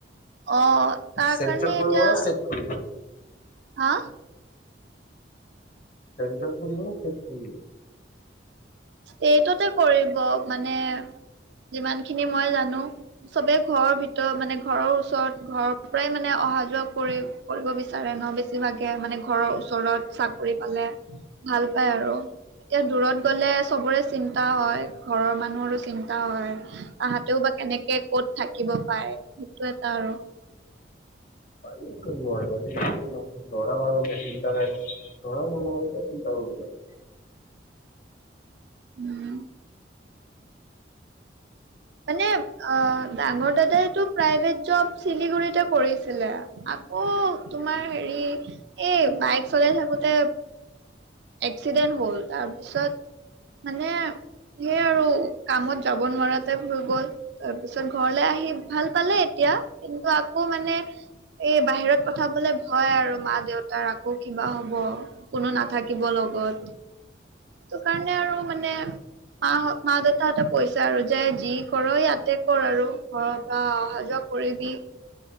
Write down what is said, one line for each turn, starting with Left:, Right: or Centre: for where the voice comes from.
Right: অ, তাৰ
Left: চেন্ট্ৰেল
Right: কাৰণে
Left: কৰিব
Right: এতিয়া
Left: <unintelligible>
Right: আহ?
Left: <unintelligible>
Right: ষ্টেটতে কৰিব মানে যিমান খিনি মই জানো। চবে ঘৰৰ ভিতৰত মানে ঘৰৰ ওচৰত ঘৰ প্ৰায় মানে অহা যোৱা কৰি কৰিব বিচাৰে ন' বেছিভাগে মানে ঘৰৰ ওচৰত চাকৰি পালে। ভাল পাই আৰু এতিয়া দূৰত গ'লে চবৰে চিন্তা হয় ঘৰৰ মানুহৰো চিন্তা হয় তাহাতেও বা কেনেকে ক'ত থাকিব পাৰে সেইটো এটা আৰু
Left: পাৰি কিয় নোৱাৰিবা আজিকালিৰ নহ। ল'ৰা মানুহৰে চিন্তা নাই না ল'ৰামনুহৰ কিয় চিন্তা কৰিব লাগে।
Right: উম, মানে অ, ডাঙৰ দাদাইটো প্ৰাইভেট জব চিলিগুৰিতে কৰিছিলে। আকৌ তোমাৰ হেৰি এই বাইক চলাই থাকোতে এক্সিডেণ্ট হ'ল তাৰপিছত মানে সে আৰু কামত যাব নোৱাৰাত <unintelligible> গ'ল তাৰপিছত ঘৰলে আহি ভাল পালে এতিয়া কিন্তু আকৌ মানে এই বাহিৰত পঠাবলে ভয় আৰু মা -দেউতাৰ আকৌ কিবা হ'ব। কোনো নাথাকিব লগত। সেইটো কাৰণে আৰু মানে মাহত মা- দেউতাহতে পইছা আৰু তে যি কৰ ইয়াতে কৰ আৰু ঘৰৰ পৰা অহা যোৱা কৰিবি